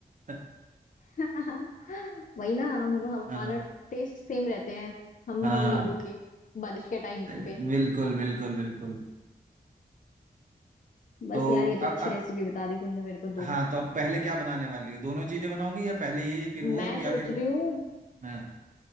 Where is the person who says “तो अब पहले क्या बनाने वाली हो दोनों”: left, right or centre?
Right